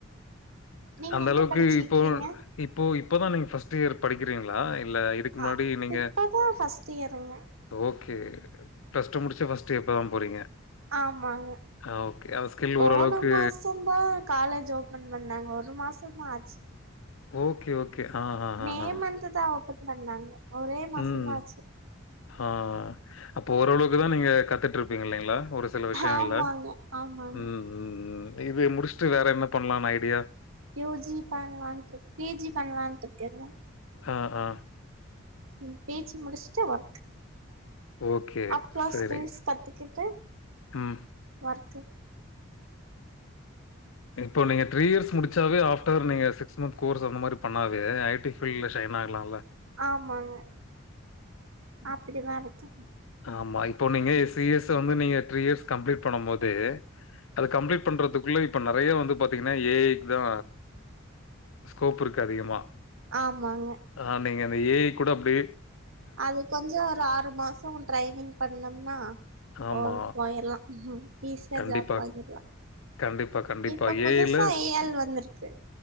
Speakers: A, on the right (about 85°); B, on the left (about 75°).
A: நீங்க
B: அந்தளவுக்கு
A: என்ன படிச்சிருக்கீங்க
B: இப்போ இப்போ இப்போதா நீங்க ஃபர்ஸ்ட் இயர் படிக்கிறீங்களா இல்ல இதுக்கு முன்னாடி
A: ஆ
B: நீங்க
A: இப்பதா ஃபர்ஸ்ட் இயருங்க
B: ஓகே, பிளஸ் டூ முடிச்சு ஃபர்ஸ்ட் இயர் இப்பதா போறீங்க
A: ஆமாங்க
B: ஆ ஓகே. அந்த ஸ்கில்
A: போன
B: ஓரளவுக்கு
A: மாசந்தா காலேஜ் ஓபன் பண்ணாங்க ஒரு மாசந்தா ஆச்சு
B: ஓகே ஓ கே ஆ ஆ,
A: மே
B: ஆ, ஆ.
A: மந்த்துதா ஓபன் பண்ணாங்க ஒரே மாசந்தா
B: ம்.
A: ஆச்சு
B: ஆ ஆ அப்போ ஓரளவுக்குதா நீங்க கத்துட்டுருப்பீங்க இல்லங்ளா ஒரு சில விஷயங்கள்ல
A: ஆமாங்க ஆமாங்க
B: ம் ம் ம் இது முடிச்சுட்டு வேற என்ன பண்லாம்னு ஐடியா
A: யூ ஜி பண்ணலான்ட்டு இருக்கு பி ஜி பண்ணலான்ட்டு இருக்கேங்க
B: ஆ ஆ
A: ம் பி ஜி முடிச்சிட்டு ஒர்க்
B: ஓகே.
A: அப்றோ
B: சரி.
A: ஸ்கில்ஸ் கத்துக்கிட்டு
B: ம்.
A: ஒர்க்
B: இப்போ நீங்க திரீ இயர்ஸ் முடிச்சாவே ஆஃப்டர் நீங்க சிக்ஸ் மந்த் கோர்ஸ் அந்த மாரி பண்ணாவே ஐ டி ஃபீல்டுல சைன் ஆயிறலாம்ல
A: ஆமாங்க அப்படிதா இருக்கே
B: ஆமா. இப்போ போன்னீங்க சி ஸ் வந்து நீங்க திரீ இயர்ஸ் கம்ளீட் பண்ணும்போதே அது கம்ளீட் பண்றதுக்குள்ள இப் இப்ப நறைய வந்து பாத்தீங்கனா ஏ ஐ க்குதா ஸ்கோப் இருக்கு அதிகமா
A: ஆமாங்க
B: ஆ நீங்க அந்த ஏ ஐ கூட அப்டியே
A: அது கொஞ்சோ ஒரு ஆறு மாசோ ட்ரைனிங் பண்ணோம்னா போ
B: ஆமா
A: போயிட்லா ஈஸியா
B: கண்டிப்பா
A: ஜாப் வாங்கிட்லா
B: கண்டிப்பா கண்டிப்பா
A: இப்ப புதுசா
B: ஏ ஐ ல
A: ஏ எள் வந்துருக்கு